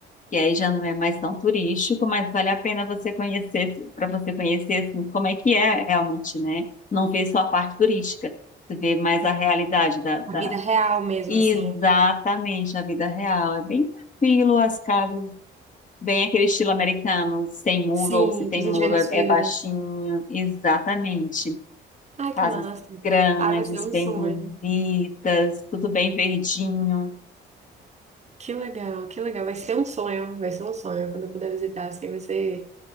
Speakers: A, on the left (about 40°); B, on the right (about 35°).
A: que aí já não é mais tão turístico, mas vale a pena você conhecer, para você conhecer assim, como é que é realmente, né? Não ver só a parte turística, você vê mais a realidade da, da...
B: A vida real mesmo,
A: Exatamente,
B: assim.
A: a vida real. É bem tranquilo, as casas, bem aquele estilo americano, sem muro,
B: Sim,
A: ou se tem
B: que a gente
A: muro
B: vê nos
A: é,
B: filmes.
A: é baixinho. Exatamente.
B: Ai, que
A: Casas
B: massa.
A: grandes,
B: Ah, vai ser um
A: bem
B: sonho.
A: bonitas, tudo bem verdinho.
B: Que legal, que legal. Vai ser um sonho, vai ser um sonho quando eu puder visitar, assim, vai ser